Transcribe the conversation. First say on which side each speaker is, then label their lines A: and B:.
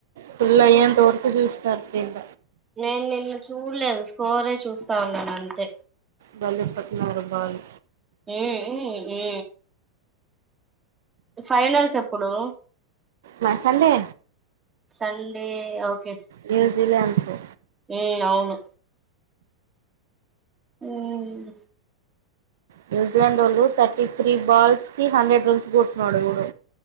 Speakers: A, on the right; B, on the right.
A: ఫుల్లై అంత వరకు చూస్తరు కింద
B: నేన్ నిన్ చూలేదు స్కోరే చూస్తా ఉన్నాను అంతే
A: బల్లిపట్టినవ్ ర బాలి
B: ఏ ఎ ఏ ఫైనల్స్ ఎప్పుడూ
A: మసల్లే
B: సండే ఒకే
A: న్యూజిలాండ్ తొ
B: ఉ ఔను ఉమ్
A: న్యూజిలాండ్ ఒళ్ళు థర్టీ త్రీ బాల్స్ కి హండ్రెడ్ రన్స్ కొట్టినాడు ఎవడో